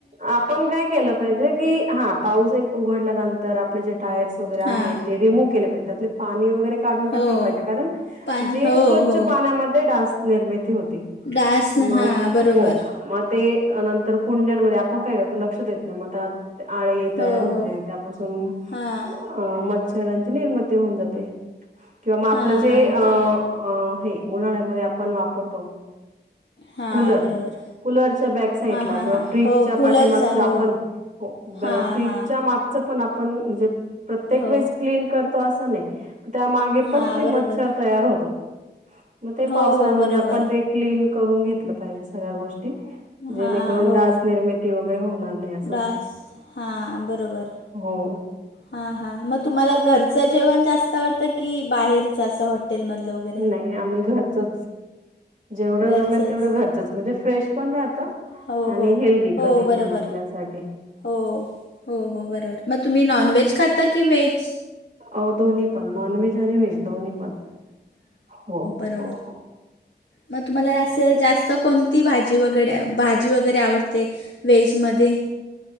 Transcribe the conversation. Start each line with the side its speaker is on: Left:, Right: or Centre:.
Right: आपण काय केलं पाहिजे की, हां पाऊस एक उघडल्यानंतर आपले जे टायर्स वगैरे आहेत
Left: हां
Right: ते रिमू्व्ह केले पाहिजेत. त्यातले पाणी वगैरे काढून टाकलं
Left: हो
Right: पाहिजे, कारण
Left: पाणी
Right: जी
Left: हो
Right: स्वच्छ
Left: हो
Right: पाण्यामध्ये डास निर्मिती होती.
Left: डास न
Right: मगं
Left: हां बरोबर
Right: हो, म ते नंतर कुंड्यांनमध्ये आपण काय करतो लक्ष देत नाही. मग त्यात आळी
Left: हो
Right: तयार होते.
Left: हो
Right: त्यापासून
Left: हां
Right: अ- मच्छरांची निर्मिती होऊन जाते. किंवा मग आपलं
Left: हां
Right: जे
Left: हां
Right: अं
Left: हां बरोबर
Right: हे, उन्हाळ्यामध्ये आपण वापरतो.
Left: हां
Right: कूलर,
Left: बरोबर
Right: कूलरच्या बॅक सा साइडला
Left: हां हां
Right: गं
Left: हां
Right: फ्रिज
Left: हो
Right: च्या
Left: कूलरचा
Right: पाठीमागच
Left: हो
Right: आपण, फ्रिज
Left: हां हां
Right: च्या मागच पण आपण म्हणजे, प्रत्येक
Left: हो
Right: वेळेस क्लीन करतो अस नाही. त्यामागे पण
Left: हां
Right: ते
Left: बरोबर
Right: मच्छर तयार होतात. मग ते
Left: हो
Right: पावसाळ्यामध्ये
Left: हो बरोबर
Right: आपण ते क्लीन करून घेतलं पाहिजे सगळ्या गोष्टी. जेणे
Left: हां
Right: करून
Left: हो
Right: डास निर्मिती वगैरे होणार नाही. असं
Left: डास हां बरोबर.
Right: हो
Left: हां हां.. मग तुम्हाला घरचं जेवण जास्त आवडतं की, बाहेरच असं हॉटेलमधलं. वगैरे
Right: नाही आम्ही घरचचं, जेवढं
Left: घरचंच
Right: जमेल तेवढं
Left: म-
Right: घरचचं म्हणजे फ्रेश पण राहत.
Left: हो
Right: आणि
Left: हो
Right: हेल्दी
Left: हो
Right: कधी
Left: बरोबर
Right: पण आपल्यासाठी.
Left: हो.. हो... हो. ‌. बरोबर मग तुम्ही नॉन व्हेज खाता की व्हेज.
Right: अं.. दोन्ही पण नॉन व्हेज आणि व्हेज दोन्ही पण हो.
Left: बरोबर.
Right: हो हो
Left: मग तुम्हाला असं जास्त कोणती भाजी वगैरे, भाजी वगैरे आवडते. व्हेज मध्ये,